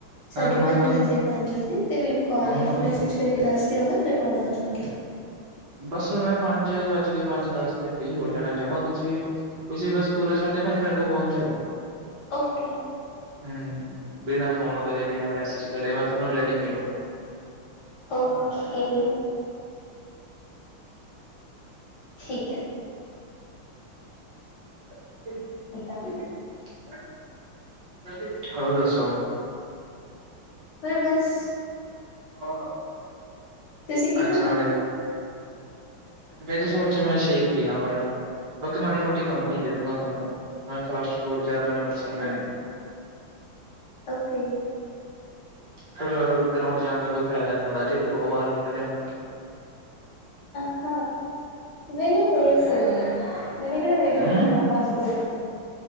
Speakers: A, on the left (about 60°); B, on the right (about 60°).
A: ਸਾਢੇ
B: ਹਾਂ ਹਾਂ
A: ਪੰਜ
B: ਹਾਂ
A: ਵਜੇ ਪੰਜ ਵਜੇ ਤੇ ਮੈਨੂੰ ਕੋਲ
B: ਹਾਂ
A: ਜਾਂ
B: ਹਾਂ
A: ਫੇਰ ਮੈਸੇਜ ਕਰਕੇ ਦੱਸ ਦਿਓ ਨਾ ਫਿਰ ਮੈਂ ਉਦੋਂ ਆ ਜੂੰਗੀ।
B: ਬਸ ਮੈਂ ਪੰਜ ਵੱਜ ਕੇ ਪੰਜ ਦਸ ਤੇ ਫ੍ਰਰੀ ਹੋ ਜਾਨਾ ਜਮਾ ਤੁਸੀਂ ਤੁਸੀਂ ਬਸ ਪੂਰੇ ਸਾਢੇ ਪੰਜ ਮੇਰੇ ਕੋਲ ਪੋਂਚ ਜਓ।
A: ਔਕੇ।
B: ਹਮ ਬਿਨਾਂ ਫੋਨ ਕਰੇ ਬਿਨਾਂ ਮੈਸੇਜ ਕਰੇ ਮੈਂ ਥੋਨੂੰ ਰੈਡੀ ਮਿਲੂ।
A: ਔਖੇ। ਠੀਕ ਐ।
B: <unintelligible>
A: ਏਦਾਂ
B: ਹੋਰ ਦੱਸੋ।
A: ਓਏ ਬਸ।
B: <unintelligible>
A: ਤੁਸੀਂ ਕੀ
B: ਅੱਜ
A: ਖਾਣਾ?
B: ਨਾਲੇ ਮੇਰੀ ਸੋਚ ਮੈਂ ਛੇਕ ਪੀ ਲਵਾ ਯਾਰ ਪੁੱਤ ਮਾੜੀ ਮੋਟੀ ਕੰਪ ਪਨੀ ਦੇ ਦਾਗਾਂ ਤਾਨੂ ਮੈਂ ਫਾਸਟ ਫੂਡ ਜਿਆਦਾ ਮੈਨੂੰ ਪਸੰਦ ਨੀ।
A: ਔਕੇ।
B: ਫੇਰ ਗਰਾਉਂਡ ਜਾਨ ਦਾ ਕੋਈ ਫੇਦਾ ਨੀ ਹੁੰਦਾ ਢਿੱਡ ਬੋਤ ਬਾਰ ਨਿਕਲ ਆਂਦਾ।
A: ਅਹ ਮੈਨੂੰ ਕੋਈ ਅਸਰ ਨਈ ਐ ਮੈਂਨੇ ਕੇਣਾ ਵੇਟ
B: ਹੂੰ
A: ਗੇਨ ਹੋਨਾ ਫਾਸਟ ਫੂਡ ਨਾਲ।